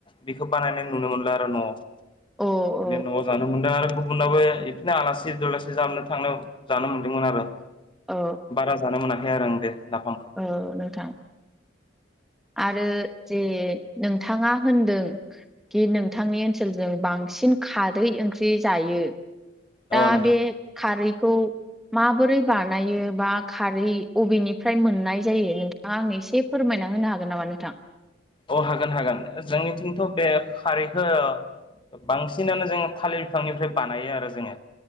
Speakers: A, on the left; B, in the centre.
A: बेखौ बानायनाय नुदों मोन आरो न'
B: औ औ
A: न'आव ज मोन आरो गुबनावाबो बिदिनो आलासि दलासि जाबनो थांनो जानो मोन्दोंमोन आरो
B: औ
A: बारा जानो मोनाखै आरो आं बे नाफामखौ
B: औ नोंथां आरो जे नोंथाङा होनदों कि नोंथांनि ओनसोलजों बांसिन खारै ओंख्रि जायो
A: औ
B: दा
A: नोंथां
B: बे खारैखौ माबोरै बानायो बा खारै अबेनिफ्राय मोननाय जायो नोंथाङा आं एसे फोरमायना होनो हागोन । हागोननामा नोंथां ।
A: अ हागोन हागोन जोंनिथिंथ' बे खारैखौ बांसिनानो जोङो थालिर बिफांनिफ्राय बानायो आरो जोङो